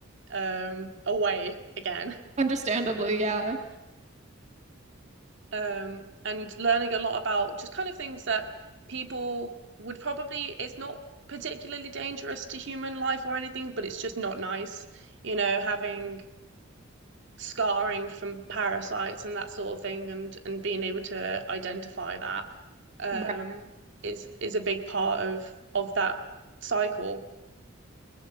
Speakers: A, on the right; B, on the right.
A: um, away again.
B: understandably, yeah.
A: Um, and learning a lot about just kind of things that people would probably, it's not particularly dangerous to human life or anything, but it's just not nice, you know, having scarring from parasites and that sort of thing and and being able to identify that um
B: Right.
A: is is a big part of of that cycle.